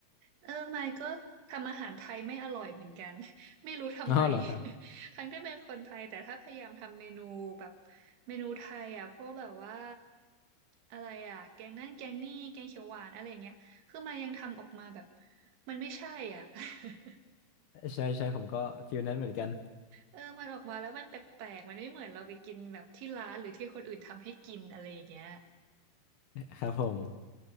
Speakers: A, on the right; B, on the left.
A: เออไมค์ก็ทำอาหารไทยไม่อร่อยเหมือนกัน <laughs> ไม่รู้ทำไม
B: อ๋อเหรอครับ
A: <laughs> ทั้งที่เป็นคนไทยแต่ถ้าพยายามทำเมนูแบบเมนูไทยอ่ะพวกแบบว่าอะไรอ่ะแกงนั่นแกงนี่แกงเขียวหวานอะไรเงี้ยคือไมายังทำออกมาแบบมันไม่ใช่อ่ะ <laughs>
B: ใช่ใช่ผมก็ฟิลนั้นเหมือนกัน
A: เออ มันออกมาแล้วมันแปลกๆมันไม่เหมือนเราไปกินแบบที่ร้านหรือที่คนอื่นทำให้กินอะไรอย่างเงี้ย
B: <laughs> ครับผม